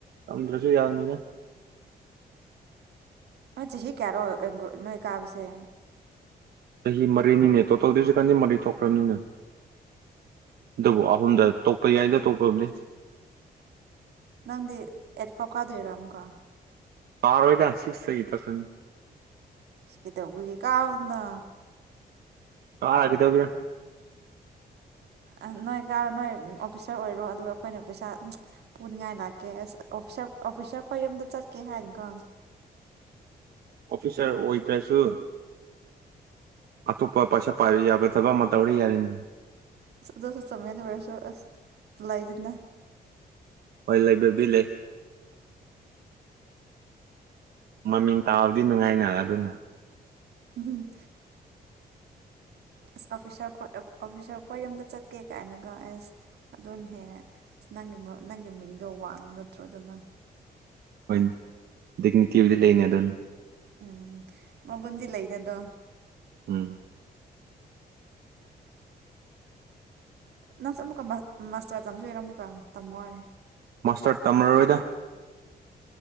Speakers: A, on the right; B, on the right.
A: ꯇꯝꯗ꯭ꯔꯁꯨ ꯌꯥꯒꯅꯤꯗ
B: ꯅꯣꯢ ꯆꯍꯤ ꯀꯥꯌꯔꯣ <unintelligible> ꯅꯣꯢꯀꯥꯕꯁꯦ
A: ꯆꯍꯤ ꯃꯔꯤꯅꯤꯅꯦ ꯇꯣꯇꯦꯜꯗꯩꯁꯨ ꯃꯔꯤ ꯇꯣꯛꯈ꯭ꯔꯕꯅꯤꯅ ꯑꯗꯨꯕꯨ ꯑꯍꯨꯝꯗ ꯇꯣꯛꯄ ꯌꯥꯏꯗ ꯇꯣꯛꯄꯕꯨꯗꯤ
B: ꯅꯪꯗꯤ ꯑꯦꯠꯐꯥꯎ ꯀꯥꯗꯣꯏꯔꯥ ꯑꯃꯨꯛꯀ
A: ꯀꯥꯔꯣꯢꯗ ꯁꯤꯛꯁ ꯇꯩ ꯇꯣꯛꯈ꯭ꯔꯅꯤ
B: ꯢꯁ ꯀꯩꯗꯧꯕꯒꯤ ꯀꯥꯎ ꯅ
A: ꯀꯥꯔ ꯀꯩꯗꯧꯒꯦꯔꯥ
B: ꯑ ꯅꯣꯏ ꯀꯥꯔꯣ ꯅꯣꯏ ꯑꯣꯐꯤꯁꯥꯔ ꯑꯣꯏꯔꯣ ꯑꯗꯨꯒ ꯑꯩꯈꯣꯏꯅ ꯄꯩꯁꯥ ꯄꯨꯅꯤꯡꯉꯥꯏ ꯂꯥꯛꯀꯦ ꯑꯁ ꯑꯣꯐꯤꯁꯥꯔ ꯑꯩꯈꯣꯏ ꯌꯨꯝꯗ ꯆꯠꯀꯦ ꯍꯥꯏꯅꯀꯣ
A: ꯑꯣꯐꯤꯁꯥꯔ ꯑꯣꯏꯗ꯭ꯔꯁꯨ ꯑꯇꯣꯞꯄ ꯄꯩꯁꯥ ꯄꯥꯏꯕ ꯌꯥꯕ ꯊꯕꯛ ꯑꯃ ꯇꯧꯔ ꯌꯥꯔꯦꯅꯦ
B: ꯑꯁ ꯑꯗꯨꯁꯨ ꯆꯨꯝꯃꯤꯅꯦ ꯑꯣꯢꯔꯁꯨ ꯑꯁ ꯂꯩꯗꯅ
A: ꯍꯣꯏ ꯂꯩꯕꯨꯗꯤ ꯂꯩ ꯃꯃꯤꯡ ꯇꯥꯕꯗꯤ ꯅꯨꯡꯉꯥꯏꯅ ꯑꯗꯨꯅ
B: ꯎꯝ ꯑꯁ ꯑꯣꯐꯤꯁꯥꯔꯈꯣꯢ ꯑꯣꯐꯤꯁꯥꯔꯈꯣꯢ ꯌꯨꯝꯗ ꯆꯠꯀꯦ ꯀꯥꯏꯅꯒ ꯑꯦꯁ ꯑꯗꯨꯅ ꯍꯦꯟꯅ ꯅꯪꯒꯤ ꯅꯪꯒꯤ ꯃꯤꯡꯗꯣ ꯋꯥꯡ ꯅꯠꯇ꯭ꯔꯣ ꯑꯗꯨꯅ
A: ꯍꯣꯢꯅꯦ ꯗꯤꯛꯅꯤꯇꯤꯕꯨꯗꯤ ꯂꯩꯅꯦ ꯑꯗꯨꯅ
B: ꯎꯝ ꯃꯒꯨꯟꯗꯤ ꯂꯩ ꯑꯗꯣ
A: ꯎꯝ
B: ꯅꯪꯁꯨ ꯑꯃꯨꯛꯀ ꯃꯥꯁꯇꯔ ꯇꯝꯗꯣꯢꯔ ꯑꯃꯨꯛꯀ ꯇꯝꯃꯣꯢ
A: ꯃꯥꯁꯇꯔ ꯇꯝꯔꯔꯣꯏꯗ